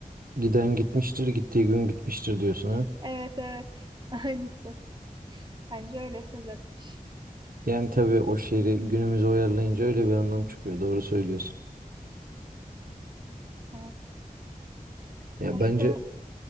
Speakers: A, on the right; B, on the right.
A: Giden gitmiştir, gittiği gün bitmiştir diyorsun ha.
B: Evet evet. <laughs> Aynısı. Bence öyle söz etmiş.
A: Yani tabii o şiiri günümüze uyarlayınca öyle bir anlam çıkıyor. Doğru söylüyorsun.
B: Evet.
A: Ya
B: Başka?
A: bence